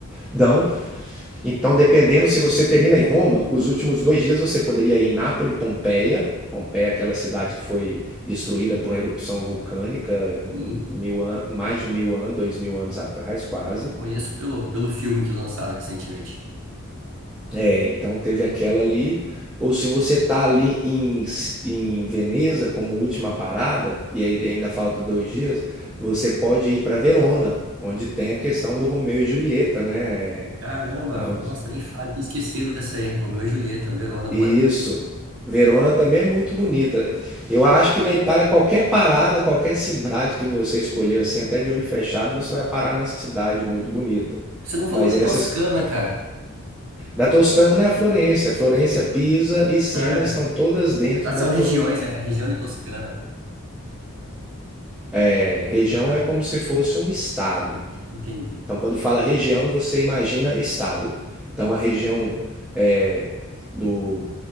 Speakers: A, in the centre; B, on the right.
A: dão então, dependendo se você termina em Roma, os últimos dois dias você poderia ir em Nápoles, Pompeia. Pompeia, é aquela cidade que foi destruída por uma erupção vulcânica
B: Sim,
A: mil an- mais de mil anos, dois mil anos atrás, quase.
B: eu conheço pelo, pelo filme que lançaram recentemente.
A: É, então teve aquela ali. Ou se você tá ali em, S- em Veneza como última parada, e aí ainda falta dois dias, você pode ir para Verona, onde tem a questão do Romeu e Julieta, né? É,
B: Caramba,
A: Aonde-
B: nossa, nem falo, tinha esquecido dessa aí. Romeu e Julieta, Verona,
A: Isso.
B: pode
A: Verona também é muito bonita. Eu acho que na Itália, qualquer parada, qualquer cidade que você escolher, assim, até de olho fechado, você vai parar numa cidade muito bonita.
B: Você não falou
A: Mas
B: de
A: essas.
B: Toscana, cara.
A: Da Toscana é a Florença, Florença, Pisa e Siena
B: Ah,
A: estão todas dentro
B: Ah, são
A: da Toscana.
B: regiões, é a região de Toscana.
A: É, região
B: Ah,
A: é como se fosse um estado.
B: entendi.
A: Então, quando fala região, você imagina estado. Então, a região é, do.